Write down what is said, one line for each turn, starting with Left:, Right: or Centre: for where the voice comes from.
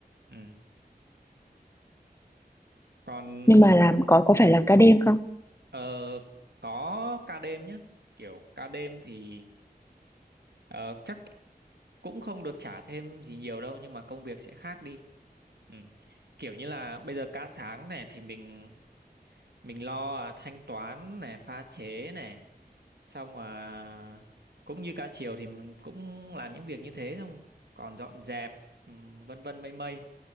Right: ừ. còn
Left: Nhưng mà làm có có phải làm ca đêm không?
Right: ờ, có ca đêm nhá kiểu ca đêm thì ờ, chắc cũng không được trả thêm gì nhiều đâu nhưng mà công việc sẽ khác đi ừ. kiểu như là bây giờ ca sáng này thì mình mình lo à, thanh toán này pha chế này xong à cũng như ca chiều thì mình cũng làm những việc như thế xong còn dọn dẹp ừ, vân vân mây mây